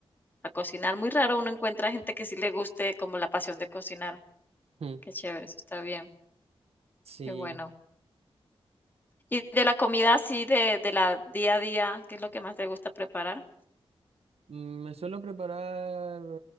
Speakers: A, on the left (about 20°); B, on the right (about 80°).
A: a cocinar. Muy raro uno encuentra gente que sí le guste como la pasión de cocinar.
B: Mm,
A: Qué chévere, eso está bien,
B: Sí.
A: qué bueno. Y de la comida así, de, de la día a día, ¿qué es lo que más te gusta preparar?
B: Mm, Me suelo preparar